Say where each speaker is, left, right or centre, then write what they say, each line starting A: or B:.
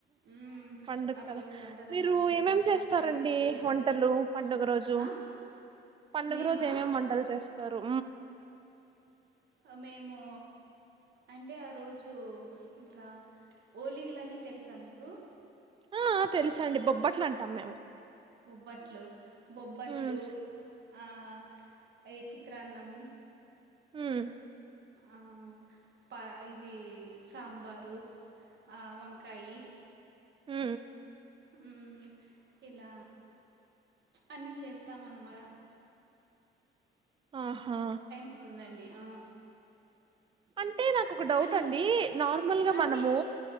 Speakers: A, on the right (about 60°); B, on the right (about 25°).
A: మ్మ్.
B: పండగ
A: ఆ
B: కదా
A: రోజు వంటలన్నీ
B: మీరు
A: ఎక్కువ
B: ఏమేం
A: చేసేసి
B: చేస్తారండి
A: పూజ
B: వంటలు పండుగ రోజు
A: ఆ?
B: పండుగ
A: మేమా
B: రోజు ఏమేం వంటలు చేస్తారు.
A: ఆ మేము అంటే ఆ రోజు ఇట్లా ఓలీలన్ని తెలుసా మీకు
B: ఆ తెలుసండి బొబ్బట్లు అంటాం మేము
A: బట్లు బొబ్బట్లు
B: ఉమ్
A: ఆ ఏ చిత్రాన్నం.
B: హ్
A: ఆ పా ఇది సాంబారు. ఆ వంకాయి
B: హ్
A: మ్ ఇలా అన్నీ చేస్తాం అన్నమాట
B: ఆహా
A: పడుతుందండి ఆ,
B: అంటే నాకు ఒక డౌటండి
A: అన్నీ
B: నార్మల్గా
A: అన్నీ
B: మనము